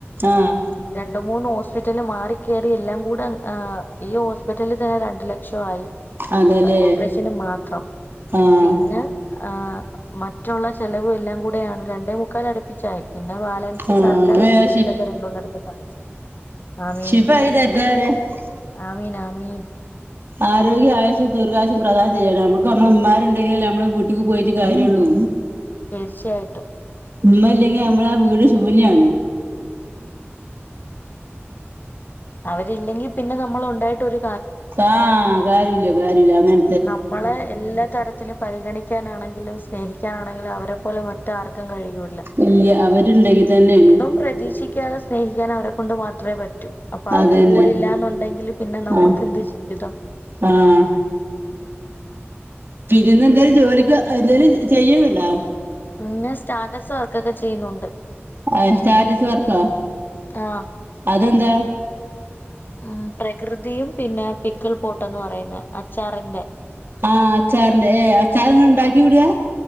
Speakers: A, on the right; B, on the left.
A: ആഹ്
B: രണ്ട് മൂന്ന് ഹോസ്പിറ്റല് മാറി കേറി എല്ലാം കൂടെ ഈ ഹോസ്പിറ്റലിൽ തന്നെ രണ്ട് ലക്ഷായി
A: അതെല്ലേ
B: ഓപ്പറേഷന് മാത്രം
A: ആഹ്
B: പിന്നെ ആഹ് മറ്റുള്ള ചെലവ് എല്ലാം കൂടെയാണ് രണ്ടേ മുക്കാല് അടുപ്പിച്ചായി പിന്നെ ബാലൻസ്
A: ആഹ്
B: സർക്കാർ
A: വേഗം
B: ഹോസ്പിറ്റലിലൊക്കെ രണ്ടൂന്നടുത്ത് കാണിച്ചു ആമീൻ
A: ശിപായി <unintelligible>
B: ആമീൻ ആമീൻ
A: ആരോഗ്യവും ആയുസ്സും ദീർഘായുസ്സും പ്രാധാനം ചെയ്യട്ടെ നമ്മക്ക് നമ്മെ ഉമ്മാരുണ്ടെങ്കിലല്ലേ നമ്മളെ വീട്ടിക്ക് പോയിട്ട് കാര്യുള്ളൂ
B: തീർച്ചയായിട്ടും
A: ഇമ്മല്ല്യങ്കി നമ്മള ആ വീട് ശൂന്യാണ്
B: അവരില്ലെങ്കി പിന്നെ നമ്മള് ഉണ്ടായിട്ടൊരു
A: സാ കാര്യല്ല കാര്യല്ല അങ്ങന
B: നമ്മളെ എല്ലാ തരത്തിലും പരിഗണിക്കാനാണെങ്കിലും സ്നേഹിക്കാനാണെങ്കിലും അവരെ പ്പോലെ മറ്റാർക്കും കഴിയൂൽ
A: ഇല്യ അവരുണ്ടെങ്കി തന്നെയാണ്
B: പ്രതീക്ഷി ക്ക്യാതെ സ്നേഹിക്കാൻ അവരെ കൊണ്ട് മാത്രേ പറ്റൂ. അപ്പ
A: അതന്നെ
B: അവര് കൂടെ ഇല്ലാന്നുണ്ടെങ്കില് പിന്നെ നമ്മക്ക്
A: ആഹ്
B: എന്ത് ജീവിതം
A: ആഹ് പിന്നെന്ന് എന്തേലും ജോലിക്ക് എന്തേലും ചെയ്യ്ണ് ഇണ്ടോ
B: പിന്നെ സ്റ്റാറ്റസ് വർക്കൊക്കെ ചെയ്യുന്നുണ്ട്
A: അഹ് സ്റ്റാറ്റസ് വർക്കോ
B: ആഹ്
A: അതെന്താ
B: ആഹ് പ്രകൃതിയും പിന്നെ പിക്കിൾ പോട്ടന്ന് പറയുന്ന അച്ചാറിൻ്റെ
A: ആഹ് അച്ചാറിന്റെ ഏഹ് അച്ചാറ്ങ്ങൾ ഇണ്ടാക്കി വിടാ